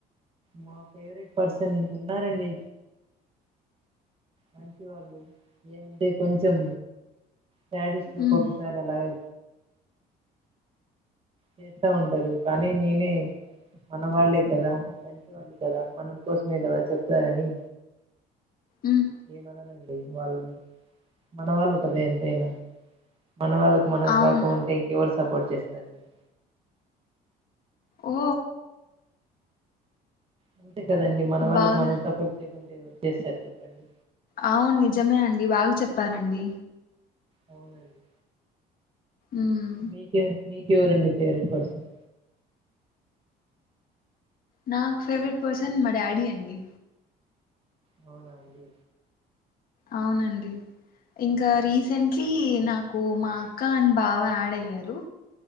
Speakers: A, on the right; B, on the left.
A: మా ఫేవరెట్ పర్సన్ ఉన్నారండి మంచివాళ్ళు ఏమంటే కొంచెం శాడిస్ట్లు ఒక్కొకసారి
B: ఉమ్,
A: అలాగే చేస్తా ఉంటారు. కానీ నేనే మన వాళ్ళే కదా, మంచి వాళ్ళూ కదా, మనం కోసమే కదా చెప్తారని
B: ఉమ్,
A: ఏమనలేదు ఏం కాదులే మన వాళ్ళు కదా ఎంతైనా మన వాళ్ళకు మనం
B: అవును
A: కాకొంటే ఇంకెవరు సపోర్ట్ చేస్తానండి
B: ఓ
A: అ అంతే కదండీ మన వాళ్ళ
B: బాగా
A: మనం సపోర్ట్ చె యకుంటే ఎవరు చేస్తరు చెప్పండి
B: అవును నిజమే అండి బాగ చెప్పారండి
A: అవునండి
B: ఉమ్,
A: మీకే మీకెవరండి ఫేవరెట్ పర్సన్
B: నాక్ ఫేవరెట్ పర్సన్ మా డాడీ అండి
A: అవునా అండి
B: అవునండి. ఇంకా రీసెంట్లీ నాకు మా అక్క అండ్ బావ ఆడ్ అయ్యారు